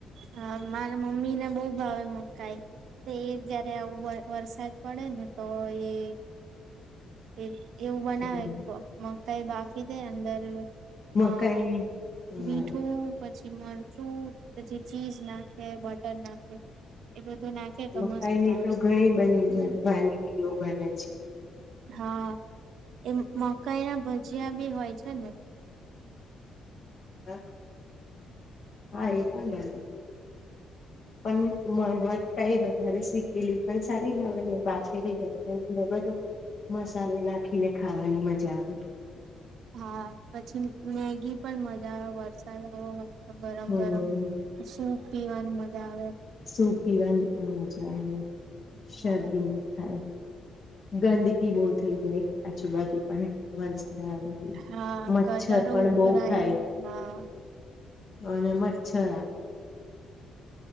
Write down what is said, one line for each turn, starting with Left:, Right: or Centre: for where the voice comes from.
Right: હા મારા મમ્મી ને બહુ ભાવે મકાઈ તે એક જાત ને આવું વરસાદ પડે ને તો એ એ એવું બનાવે
Left: હ
Right: મકાઈ બાફી દે અંદર
Left: મકાઈ
Right: હા
Left: હા
Right: મીઠું પ પછી મરચું પછી ચીઝ નાખે બટર નાખે. એ બધું નાખે તો
Left: મકાઈની
Right: મસ્ત લાવે
Left: તો ઘણી બની વાનગીઓ બને છે.
Right: હા એ મકાઈ ના ભજીયા બી હોય છે ને.
Left: <inaudible> હા. હા એ પણ બંને પણ
Right: હા
Left: માંગ વધતા <unintelligible> તારે શીખેલી પણ સારી લાવે ને બાફેરી હોયંદ બધું મસલે નાખીને ખાવાની મજા આવે.
Right: હા પછી મેગી પણ મજા આવે વરસાદ આવ્યો હોય.
Left: હમ
Right: ગરમ ગરમ સૂપ પીવાનું મજા આવે.
Left: સૂપ પીવાની પણ મજા આવે શરદી
Right: હા.
Left: ના થાય. ગંદકી બહુ થઇ જાય આજુબાજુ પણ વર વરસાદ આવે એવી
Right: હા
Left: મચ્છર
Right: ગટરો
Left: પણ
Right: ઉભરાય
Left: બો થાય.
Right: હા
Left: અને મચ્છર